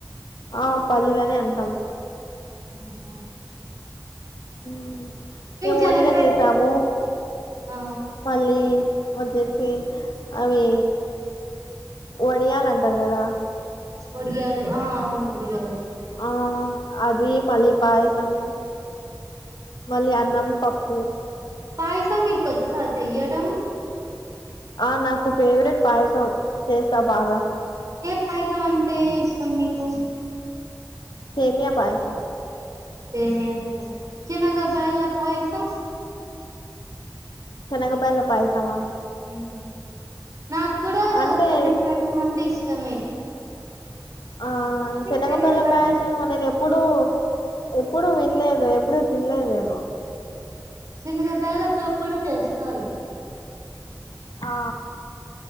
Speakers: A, on the left; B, on the right.
A: ఆ పల్లీలానే అంటాం
B: ఆహ
A: హ మేము
B: చెనక్కాయ
A: హోలిగా చేసాము
B: ఆ
A: మళ్ళీ మ చేసి అవి వడియాల అంటారు కదా
B: ఒడిగాలు ఆ అవును ఒడిగాలు
A: ఆ అది మళ్ళీ పాయసము మళ్ళీ అన్నం పప్పు ఓ
B: పైసమీకుచ్చా య కుం
A: ఆ నాకు ఫేవరెట్ పాయసం చేసా బాగా
B: కాయిసామంటే ఇష్టం మీకు
A: సేమయా పయసం
B: సే మ చనగా వెళ పయిసం
A: చినగా బయళ పయసమా
B: అ నాకు కూడా
A: అంటే
B: సమైన పైకి మండి సమే
A: ఆ చిన్నగప్పల్ల
B: శనగబేల
A: పయసం ఉన్న ఎప్పుడు ఎప్పుడు వినలేదు ఎప్పుడు తినలేదు నేను
B: చిన్నగ బేళతో కూడా చేస్తారు
A: ఆ